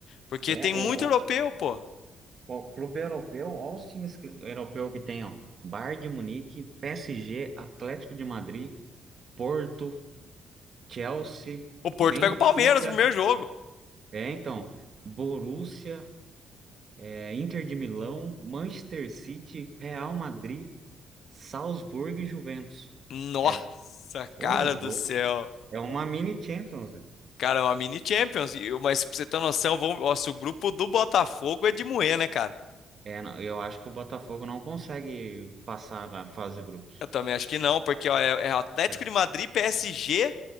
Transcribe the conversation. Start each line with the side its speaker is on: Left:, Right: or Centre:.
Left: Porque
Right: é,
Left: tem muito
Right: o,
Left: europeu, pô.
Right: o, o clube europeu, olha os times que- europeu que tem, ó. Bayern de Munique, PSG, Atlético de Madrid. Porto, Chelsea,
Left: O Porto
Right: Benfica,
Left: pega o Palmeiras no primeiro jogo.
Right: é então, Borussia, é, Inter de Milão, Manchester City, Real Madrid, Salzburgo e Juventus.
Left: Nossa,
Right: É, ô,
Left: cara
Right: louco.
Left: do céu.
Right: É uma mini Champions. né?
Left: Cara, é uma mini Champions. E- Mas pra você ter noção, vamos... Nossa, o grupo do Botafogo é de moer, né, cara?
Right: É, não, eu acho que o Botafogo não consegue passar na fase de grupos.
Left: Eu também acho que não, porque ó, é é Atlético
Right: É,
Left: de Madrid, PSG,